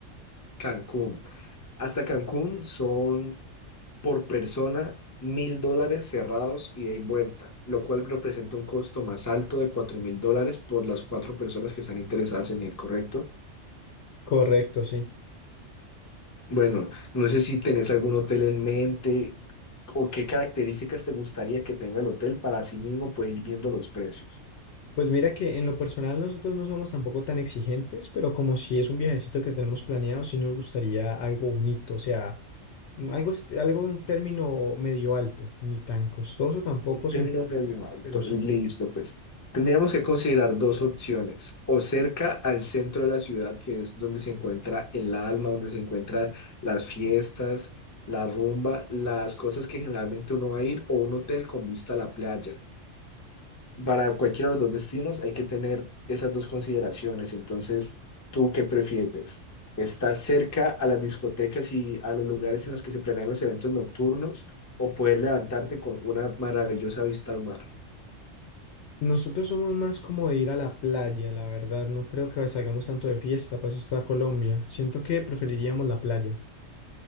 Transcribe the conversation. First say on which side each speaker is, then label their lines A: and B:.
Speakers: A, on the left; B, on the left.
A: Cancún. Hasta Cancún son por persona 1.000 dólares cerrados ida y vuelta, lo cual representa un costo más alto de 4.000 dólares por las cuatro personas que están interesadas en ir, ¿correcto?
B: correcto, sí.
A: Bueno, no sé si tenés algún hotel en mente o qué características te gustaría que tenga el hotel para así mismo pues ir viendo los precios.
B: Pues mira que en lo personal nosotros no somos tampoco tan exigentes, pero como si es un viajecito que tenemos planeado, sí nos gustaría algo bonito, o sea, mm, algo, est- algo un término medio alto, ni tan costoso tampoco, sin,
A: Término medio alto,
B: pero sí.
A: listo, pues tendríamos que considerar dos opciones, o cerca al centro de la ciudad, que es donde se encuentra el alma, donde se encuentran las fiestas, la rumba, las cosas que generalmente uno va a ir, o un hotel con vista a la playa. para cualquiera de los dos destinos hay que tener esas dos consideraciones. Entonces, ¿tú qué prefieres? ¿Estar cerca a las discotecas y a los lugares en los que se planean los eventos nocturnos o poder levantarte con una maravillosa vista al mar?
B: Nosotros somos más como de ir a la playa, la verdad, no creo que salgamos tanto de fiesta, para eso está Colombia. Siento que preferiríamos la playa.